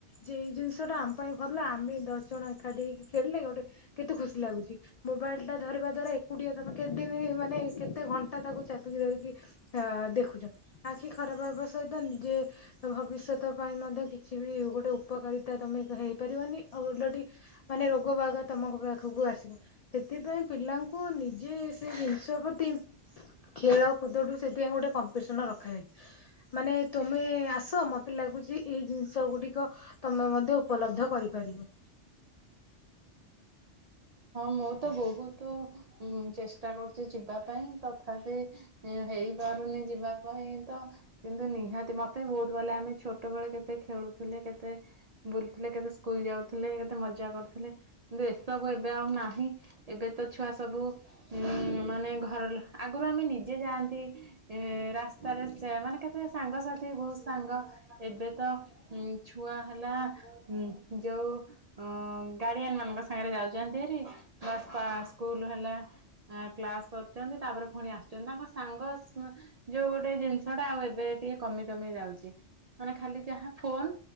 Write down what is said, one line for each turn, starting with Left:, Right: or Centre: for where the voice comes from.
Left: ଯେ ଏଇ ଜିନିଷ ଟା ଆମ ପାଇଁ ଭଲ ଆମେ ଦଶ ଜଣ ଏକାଠି ହେଇକି ଖେଳିଲେ ଗୋଟେ କେତେ ଖୁସି ଲାଗୁଛି ମୋବାଇଲ ଟା ଧରିବା ଦ୍ଵାରା ଏକ ଏକୁଟିଆ ତମେ କେତେ ଦିନ ମାନେ କେତେ ଘଣ୍ଟା ତାକୁ ଚାପିକି ଧରିକି ଆ ଦେଖୁଛନ୍ତି ଆଖି ଖରାପ ହବା ସହିତ ନିଜେ ଭବିଷ୍ୟତ ପାଇଁ ମଧ୍ୟ କିଛି ବି ଗୋଟେ ଉପକାରି ତମେ ହେଇପାରିବନି ଆଉ ଓଲଟି ମାନେ ରୋଗ ବାଗ ତମଙ୍କ ପାଖକୁ ଆସିବ ସେଥିପାଇଁ ପିଲାଙ୍କୁ ନିଜେ ସେଇ ଜିନିଷ ପ୍ରତି। ଖେଳକୁୁଦ ଠୁ ସେଥିପାଇଁ ଗୋଟେ କମ୍ପିଟିସନ ରଖାଯାଏ ମାନେ ତମେ। ଆସ ମତେ ଲାଗୁଛି ଏଇ ଜିନିଷ ଗୁଡିକ ତମେ ମଧ୍ୟ। ଉପଲବ୍ଧ କରିପାରିବ।
Right: ହଁ ମୁଁ ତ ବହୁତୁ ଉଁ ଚେଷ୍ଟା କରୁଛି ଯିବା ପାଇଁ ତଥାପି। ଇଁ ହେଇପାରୁନି ଯିବା ପାଇଁ ତ। କିନ୍ତୁ ନିହାତି ମତେ ବି ବହୁତ କହିଲେ ଆମେ ଛୋଟବେଳେ କେତେ ଖେଳୁଥିଲେ କେତେ। ବୁଲୁଥିଲେ କେତେ ସ୍କୁଲ ଯାଉଥିଲେ କେତେ ମଜା କରୁଥିଲେ କିନ୍ତୁ ଏସବୁ ଏ ଏବେ ଆଉ ନାହିଁ ଏବେ ତ ଛୁଆ ସବୁ ଉଁ ମାନେ ଘର ଲ ଆଗରୁ ଆମେ ନିଜେ ଯାଆନ୍ତି। ଏ ରାସ୍ତାରେ ସେ ମାନେ କେତେ ସାଙ୍ଗସଥି ବହୁତ ସାଙ୍ଗ। ଏବେ ତ ଉଁ ଛୁଆ ହେଲା। ହୁଁ ଯଉ ଅ ଗାଡିଆନ ମାନଙ୍କ ସାଙ୍ଗରେ ଯାଉ ଚନ୍ତି ହେରି ପ୍ଲସ ତା ସ୍କୁଲ ହେଲା। ଆଁ କ୍ଲାସ କରୁଛନ୍ତି ତାପରେ ପୁଣି ଆସୁଛନ୍ତି ତାଙ୍କ ସାଙ୍ଗ ସ୍ମ ଯୋଉ ଗୋଟେ ଜିନିଷ ଟା ଆଉ ଏବେ ଟିକେ କମି କମି ଯାଉଛି ମାନେ ଖାଲି ଯାହା ଫୋନ।